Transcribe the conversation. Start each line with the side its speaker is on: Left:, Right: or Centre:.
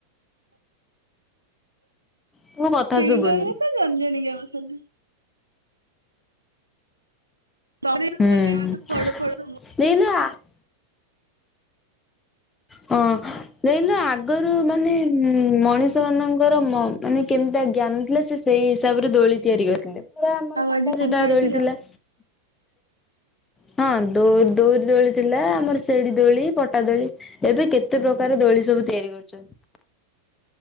Left: ତମ କଥା
Right: ଶ୍ରୀ
Left: ଶୁଭୁନି
Right: ଦର ତ ଜଣ ଜଣ କିଆ ବସନ୍ତୀ। ସରିଦବୁନି
Left: ହୁଁ
Right: ମତେ ଫଳ ଫଳ ସବୁ
Left: <unintelligible> ହଁ ଦେହିଲୁ ଆଗରୁ ମାନେ ଉଁ ମଣିଷ ମାନଙ୍କର ମ୍ ମାନେ କେମିତିଆ ଜ୍ଞାନୀ ଥିଲେ ସେଇ ହିସାବରେ ଦୋଳି ତିଆରି କରିଥିଲେ। ସେତେବେଳେ ଆମର
Right: ଆଉ
Left: ସାଧା
Right: ଆଜି କଣ
Left: ସିଧା
Right: ଖାଇଥିଲ?
Left: ଦୋଳି ଥିଲା। ହଁ ଦୋ ଦୋରି ଦୋଳି ଥିଲା ଆମର ସେଡି ଦୋଳି, ପଟା ଦୋଳି। ଏବେ କେତେ ପ୍ରକାର ଦୋଳି ସବୁ ତିଆରି କରୁଛନ୍ତି।